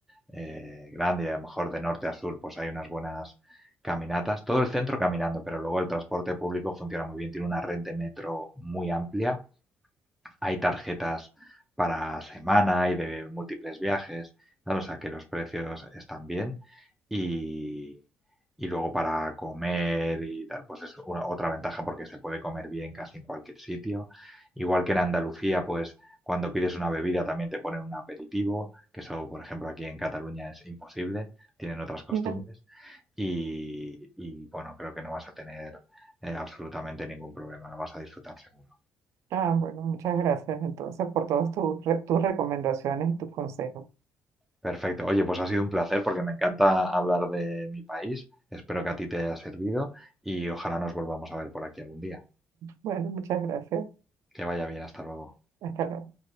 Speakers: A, in the centre; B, on the right.
A: eh, grande y a lo mejor de norte a sur pues hay unas buenas caminatas, todo el centro caminando, pero luego el transporte público funciona muy bien, tiene una red de metro muy amplia, hay tarjetas para semana y de múltiples viajes, ¿vale? O sea que los precios están bien y, y luego para comer y tal, pues es una- otra ventaja porque se puede comer bien casi en cualquier sitio. Igual que en Andalucía, pues cuando pides una bebida también te ponen un aperitivo, que eso, por ejemplo, aquí en Cataluña es imposible, tienen otras costumbres.
B: <laughs>
A: Y, y, bueno, creo que no vas a tener eh, absolutamente ningún problema, lo vas a disfrutar seguro.
B: Ah, bueno, muchas gracias entonces por todas tus, re- tus recomendaciones y tus consejos.
A: Perfecto. Oye, pues ha sido un placer porque me encanta hablar de mi país. Espero que a ti te haya servido y ojalá nos volvamos a ver por aquí algún día.
B: Bueno, muchas gracias.
A: Que vaya bien, hasta luego.
B: Hasta luego.